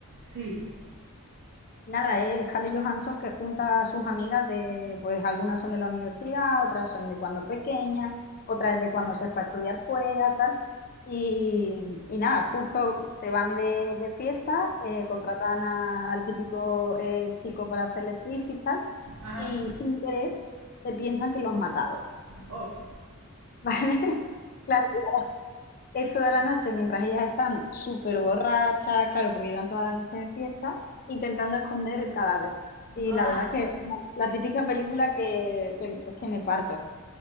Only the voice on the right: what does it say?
Sí,
ajá,
oh,
ah,